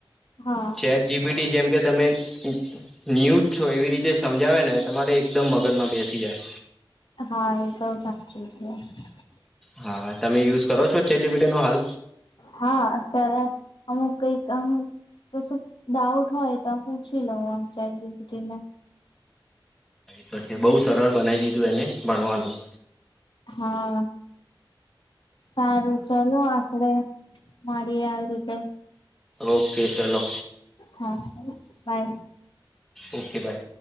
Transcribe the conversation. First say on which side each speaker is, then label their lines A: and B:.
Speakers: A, on the left; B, in the centre.
A: હા.
B: ચેટ જીપીટી જેમ કે તમે અ ન્યૂજ છો એવી રીતે સમજાવે ને તમારે એકદમ મગજમાં બેસી જાય.
A: હા એ <inaudible>
B: હા હા તમે યુઝ કરો છો ચેટજીપીટી નો હાલ?
A: હા, અત્યારે અમુક કઈક આમ તો શું ડાઉટ હોય તો પૂછી લવ આમ ચેટ જીપીટીને
B: પછી બઉ સરળ બનાઇ દીધું એને ભણવાનું.
A: હા. સારું, ચલો આપડે મળીએ આવી રીતે.
B: ઓકે સલો.
A: હા બાય
B: ઓકે બાય.